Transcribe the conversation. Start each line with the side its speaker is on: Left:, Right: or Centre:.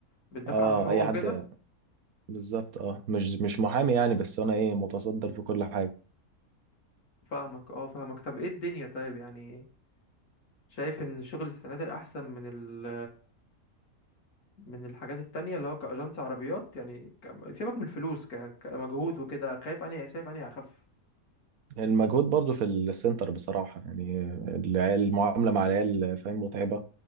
Left: بتدافع
Right: اه
Left: عن حقوقه
Right: اي حد
Left: وكده
Right: بالظبط اه مش مش محامي يعني بس انا ايه متصدر في كل حاجه
Left: فاهمك اه فاهمك طب ايه الدنيا طيب يعني شايف ان شغل السناتر احسن من ال من الحاجات التانية اللي هو كأجنس عربيات يعني ك- سيبك من الفلوس ك- كمجهود وكده خايف اني شايف اني اخف
Right: المجهود برضو في السنتر بصراحة يعني العيال- المعاملة مع العيال فاهم متعبة